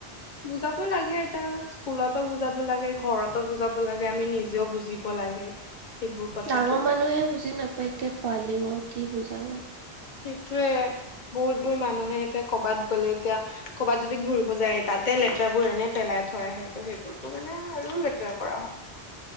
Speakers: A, on the left (about 45°); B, on the right (about 60°).
A: বুজাব লাগে এতিয়া স্কুলতো বুজাব লাগে। ঘৰতো বুজাব লাগে আমি নিজেও বুজিব লাগে। সেইবোৰ কথাটো
B: ডাঙৰ মানুহে বুজি নাপায় তেয়া পোৱালী কি বুজাব।
A: সেইটোয়ে বহুত বোৰ মানুহে এতিয়া কৰবাত গ'লে এতিয়া কৰবাত যদি ঘূৰিব যায় এ তাক। তাতে লেতেৰাবোৰ এনে পেলাই থৈ আহে ত সেইবোৰতো মানে আৰু লেতেৰা কৰা হয়।